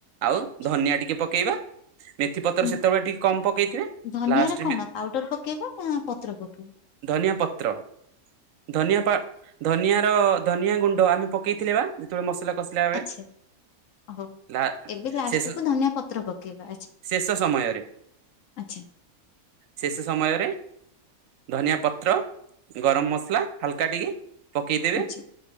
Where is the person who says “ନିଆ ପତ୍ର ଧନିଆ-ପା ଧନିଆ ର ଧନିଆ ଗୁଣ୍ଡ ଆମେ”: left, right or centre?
Right